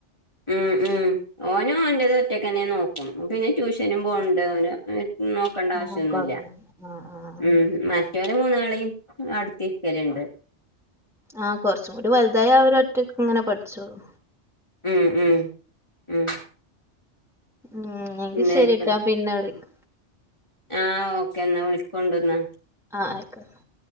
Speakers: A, on the left; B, in the centre.
A: ഉം ഉം ഓനും ഓന്റെത് ഒറ്റക്കന്നെ നോക്കും പിന്നെ ട്യൂഷനും പോണ്ട് ഓന നോക്കണ്ട ആവശ്യമൊന്നുമല്ല
B: ആഹ് കൊഴപ്പല്ല ആഹ് ആഹ്
A: ഉം മറ്റെല്ലാ മൂന്നാളെയും അടുത്ത് ഇരിക്കല്ണ്ട്
B: ആഹ് കുറച്ചും കൂടി വലുതായി അവര ഒറ്റ ഇങ്ങനെ പഠിച്ചോളൂ
A: ഉം ഉം ഉം
B: ഉം എങ്കി
A: പിന്നെ
B: ശരിട്ടാ
A: ഇപ്പ
B: പിന്നെ വിളിക്കാ
A: ആഹ് ഓക്കെ എന്നാ വിളിക്കൊണ്ടന്നാ
B: ആഹ് ആയിക്കോട്ടെ